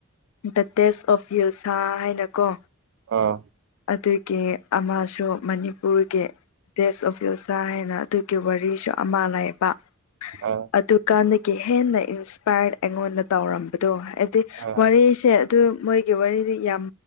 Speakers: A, on the left; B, on the right.
A: ꯗ ꯇꯦꯁ ꯑꯣꯐ ꯍꯤꯜꯁꯥ ꯍꯥꯏꯅꯀꯣ
B: ꯑꯥ
A: ꯑꯗꯨꯒꯤ ꯑꯃꯁꯨ ꯃꯅꯤꯄꯨꯔꯒꯤ ꯇ‌ꯦꯁ ꯑꯣꯐ ꯍꯤꯜꯁꯥ ꯍꯥꯏꯅ ꯑꯗꯨꯒꯤ ꯋꯥꯔꯤꯁꯨ ꯑꯃ ꯂꯩꯌꯦꯕ
B: ꯑ
A: ꯑꯗꯨꯀꯥꯟꯗꯒꯤ ꯍꯦꯟꯅ ꯏꯟꯁꯄꯌꯥ꯭ꯔ ꯑꯩꯉꯣꯟꯗ ꯇꯧꯔꯝꯕꯗꯣ ꯍꯥꯏꯗꯤ
B: ꯑꯥ
A: ꯋꯥꯔꯤꯁꯦ ꯗꯨ ꯃꯣꯏꯒꯤ ꯋꯥꯔꯤꯗꯤ ꯌꯥꯝ